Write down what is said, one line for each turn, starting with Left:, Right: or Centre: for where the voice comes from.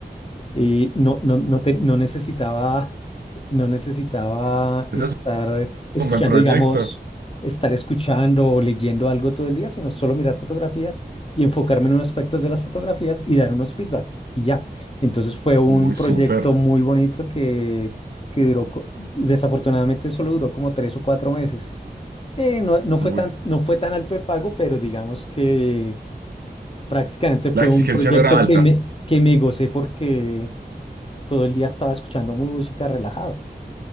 Left: Y no, no, no, te- no necesitaba, no necesitaba
Right: Ese
Left: estar
Right: es
Left: escuchando,
Right: un buen proyecto.
Left: digamos, estar escuchando o leyendo algo todo el día, sino solo mirar fotografías y enfocarme en unos aspectos de las fotografías y dar unos feedbacks y ya. Entonces fue un
Right: Uy,
Left: proyecto
Right: súper.
Left: muy bonito que, que duró, co- desafortunadamente solo duró como tres o cuatro meses. Eh, no, no fue
Right: Uy.
Left: tan, no fue tan alto el pago, pero digamos que prácticamente fue
Right: La exigencia
Left: un proyecto
Right: no era alta.
Left: que me, que me gocé porque todo el día estaba escuchando música, relajado.